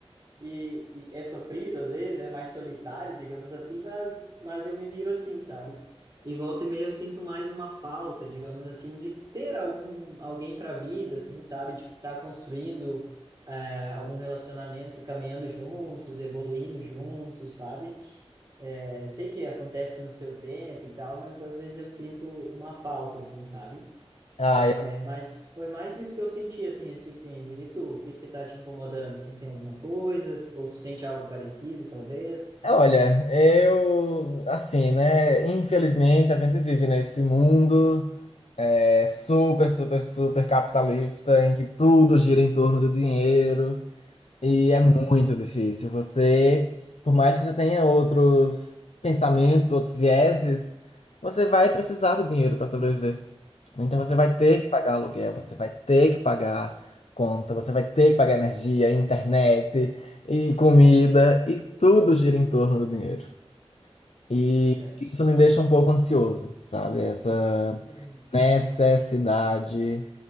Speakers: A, on the right (about 40°); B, on the left (about 80°).
A: e, e é sofrido às vezes, é mais solitário, digamos assim, mas, mas eu me viro assim, sabe? E volta e meia eu sinto mais uma falta, digamos assim, de ter algum, alguém para a vida, assim, sabe? Tipo, tá construindo é, algum relacionamento, caminhando juntos, evoluindo juntos, sabe? É, eu sei que acontece no seu tempo e tal, mas às vezes eu sinto uma falta, assim, sabe?
B: Ah, eu...
A: É, mas foi mais isso que eu senti, assim, esse fim de... E tu, o que que tá te incomodando? Assim, tem alguma coisa? Ou tu sente algo parecido, talvez?
B: Olha, eu. Assim, né? Infelizmente, a gente vive nesse mundo é, super, super, super capitalista em que tudo gira em torno do dinheiro. E é muito difícil. Você, por mais que você tenha outros pensamentos, outros vieses, você vai precisar do dinheiro para sobreviver. Então você vai ter que pagar aluguel, você vai ter que pagar conta, você vai ter que pagar energia, internet e comida, e tudo gira em torno do dinheiro. E
A: É verdade.
B: isso me deixa um pouco ansioso, sabe? Essa
A: Uhum.
B: necessidade